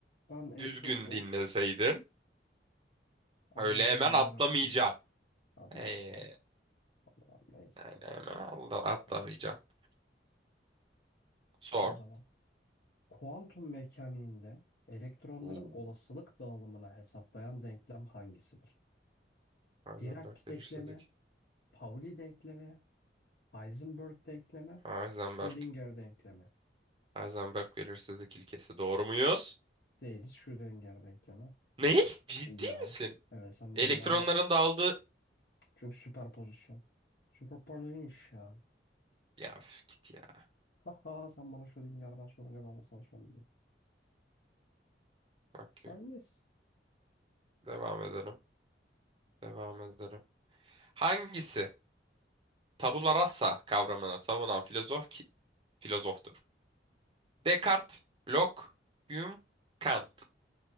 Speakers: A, on the left; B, on the right.
A: Ben entropi
B: Düzgün
A: of.
B: dinleseydin.
A: Allah'ım
B: Öyle hemen atlamayacaksın.
A: ya Rabbim. Abi
B: Ee,
A: ya of. Allah'ım neyse.
B: yani hemen atla, atlamayacaksın.
A: Neyse.
B: Sor.
A: O zaman. Kuantum mekaniğinde elektronların
B: Uuu.
A: olasılık dağılımını hesaplayan denklem hangisidir?
B: Heisenberg
A: Dirac
B: belirsizlik.
A: denklemi, Pauli denklemi, Heisenberg denklemi,
B: Heisenberg.
A: Schrödinger denklemi.
B: Heisenberg belirsizlik ilkesi. Doğru muyuz?
A: Değiliz Schrödinger denklemi.
B: Ne? Ciddi
A: Ya
B: misin?
A: evet sen
B: Elektronların
A: de bana
B: dağıldığı...
A: çünkü süperpozisyon. Süperpozisyon.
B: Ya üf, git ya.
A: Haha sen bana Schrödinger'den sorunca ben de sana sorayım.
B: Bak
A: Sen nesin?
B: Devam edelim. Devam edelim. Hangisi? Tabula rasa kavramını savunan filozof ki- filozoftur. Descartes, Locke, Hume, Kant.